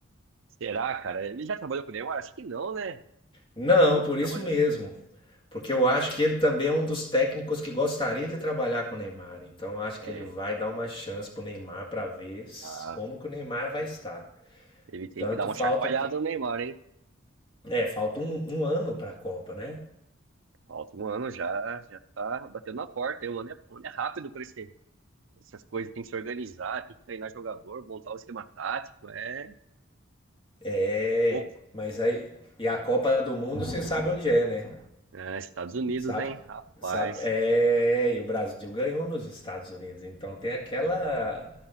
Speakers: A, on the right; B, on the left.
A: será, cara? Ele já trabalhou com o Neymar? Acho que não, né? Acho
B: Não,
A: que nunca
B: por
A: trabalhou.
B: isso mesmo. Porque eu acho que ele também é um dos técnicos que gostaria de trabalhar com o Neymar. Então eu acho
A: É,
B: que ele vai dar uma chance pro Neymar para ver s-
A: tá.
B: como que o Neymar vai estar.
A: Ele tem
B: Tanto
A: que dar uma
B: falta
A: chacoalhada
B: o quê?
A: no Neymar, hein?
B: É, falta um, um ano para a Copa, né?
A: Falta um ano já, já tá batendo na porta. hein? Um ano é, um ano é rápido pra esse, essas coisas. Tem que se organizar, tem que treinar jogador, montar o esquema tático. É,
B: É,
A: é pouco.
B: mas aí. E a Copa do Mundo você sabe onde é, né?
A: É, Estados Unidos,
B: Sabe?
A: hein? Rapaz,
B: Sabe? É, e o Brasil ganhou nos Estados Unidos, então tem aquela.
A: só.